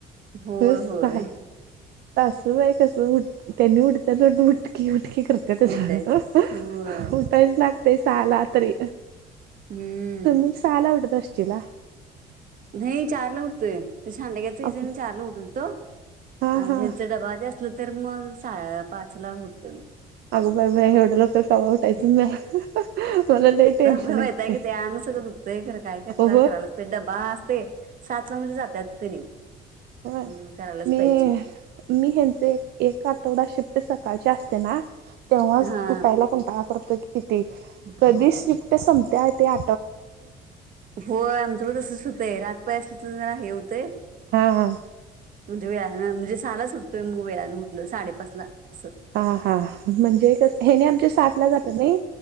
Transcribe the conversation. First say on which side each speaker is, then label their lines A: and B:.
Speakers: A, on the right (about 55°); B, on the right (about 75°).
A: होय
B: त सा
A: होय
B: सासुबाई कस उठ त्यांनी उठत्यात <inaudible> उटकी उटकी करते त्या
A: उठायच होय
B: उठायच लागते साला तरी
A: हम्म
B: तुम्ही सहाला उटत असाचीला.
A: नाही चारला उठतोय ते सांडग्याच्या
B: अग
A: सीजन चारला उठत होतो
B: हा
A: आणि
B: हा
A: ह्यांचा डबा ते असल तर मग सा पाच ला उठतोय मग
B: अगं बाय बाय एवढ्या लव तवा उठायचं म्हणजे <inaudible> मला लय टेन्शन
A: पण वैताग
B: येतंय.
A: येतोय अंग सगळं दुखतंय खरं काय करता
B: हो
A: करायलाच पाहिजे डबा असतेय सातला म्हणजे जातात तेनी.
B: हा
A: हम्म करायलाच
B: मी
A: पाहिजे
B: मी ह्यांच एक आठवडा शिफ्ट सकाळची असते ना तेव्हाच
A: हा
B: उटायला कंटाळा करतोय
A: होय
B: कधी शिफ्ट संपते त्या
A: होय आमचं पण तसच होतंय रातपाळी असल तर जरा हे होतंय.
B: हा.
A: म्हणजे वेळानं म्हणजे सााला सु उटतोय मग वेळं उठल साडेपाच ला असं
B: हा हा म्हणजे हे कस हेनी आमच्या सातला जात्यात नाही